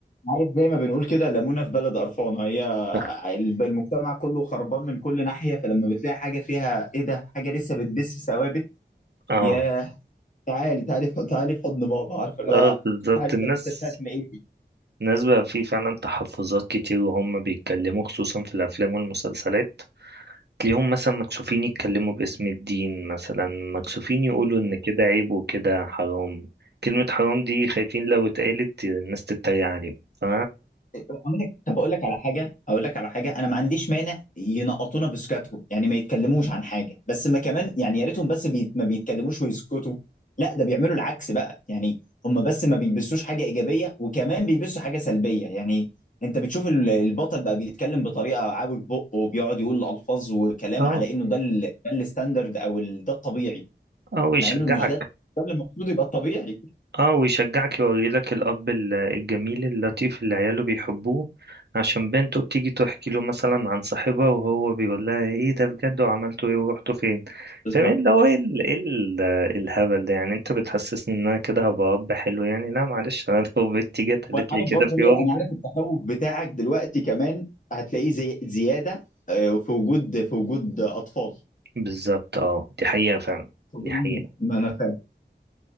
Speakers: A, on the left; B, on the right.
A: عارف زي ما بنقول كده ليمونه في بلد قرفانه هي
B: <laughs>
A: الب- المجتمع كله خربان من كل ناحيه فلما بتلاقي حاجه فيها ايه ده حاجه لسه بتبث ثوابت
B: اه
A: ياه تعالي تعالي في- تعالي في حضن بابا عارف اللي
B: اه
A: هو
B: بالظبط
A: تعالي
B: الناس
A: في الحتة بتاعت العيد
B: الناس بقى في فعلا تحفظات كتير وهم بيتكلموا خصوصا في الافلام والمسلسلات تلاقيهم مثلا مكسوفين يتكلموا باسم الدين مثلا مكسوفين يقولوا ان كده عيب وكده حرام كلمة حرام دي خايفين لو اتقالت الناس تتريق عليهم ف
A: طب اقول لك طب اقول لك على حاجه اقول لك على حاجه انا ما عنديش مانع ينقطونا بسكاتهم يعني ما يتكلموش عن حاجه بس ما كمان يعني يا ريتهم بس بي... ما بيتكلموش ويسكتوا لا ده بيعملوا العكس بقى يعني هم بس ما بيبثوش حاجه ايجابيه وكمان بيبثوا حاجه سلبيه يعني انت بتشوف ال- البطل بقى بيتكلم بطريقه عاوج بقه وبيقعد يقول الفاظ وكلام
B: اه
A: على انه ده ال... ده الستاندرد او ال... ده الطبيعي
B: او يشجعك
A: مع انه مش ده ده اللي المفروض يبقى الطبيعي
B: اه ويشجعك يوريلك الأب ال- الجميل اللطيف اللي عياله بيحبوه عشان بنته بتيجي تحكي له مثلا عن صاحبها وهو بيقول لها ايه ده بجد وعملتوا ايه ورحتوا فين
A: بالظبط
B: فاهم اللي هو ايه ال- إيه ال- الهبل ده يعني انت بتحسسني ان انا كده هبقى أب حلو يعني لا معلش انا <laughs> لو بنتي جت قالت
A: وانا عارف
B: لي كده
A: برضه
B: في يوم
A: ايه انا عارف التخوف بتاعك دلوقتي كمان هتلاقيه زي زياده آه، في وجود في وجود اطفال
B: بالظبط اه دي حقيقة فعلا
A: طبعاً.
B: دي حقيقة
A: ما انا فاهم